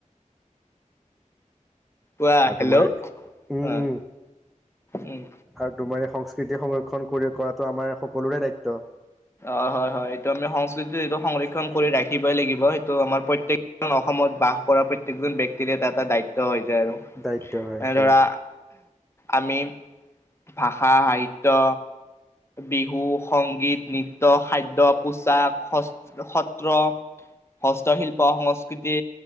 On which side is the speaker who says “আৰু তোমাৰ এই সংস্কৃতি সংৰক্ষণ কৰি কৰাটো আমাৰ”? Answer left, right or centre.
Centre